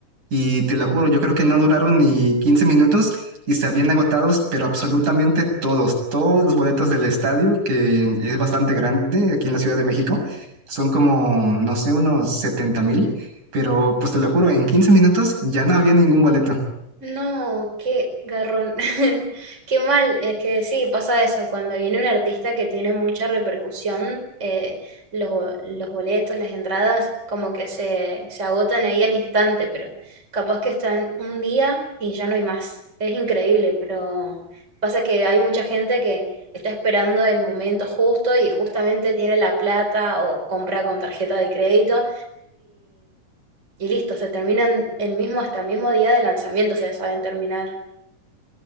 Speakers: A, on the right (about 65°); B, on the right (about 20°).
A: y te lo juro, yo creo que no duraron ni 15 minutos y se habían agotados, pero absolutamente todos, todos los boletos del estadio, que es bastante grande aquí en la Ciudad de México, son como, no sé, unos setenta mil, pero pues te lo juro, en 15 minutos ya no había ningún boleto.
B: No, qué garrón. <laughs> Qué mal, es que sí, pasa eso. Cuando viene un artista que tiene mucha repercusión, eh, los, bo- los boletos, las entradas, como que se, se agotan ahí al instante, pero capaz que están un día y ya no hay más. Es increíble, pero pasa que hay mucha gente que está esperando el momento justo y justamente tiene la plata o compra con tarjeta de crédito y listo, se terminan el mismo hasta el mismo día de lanzamiento, se saben terminar.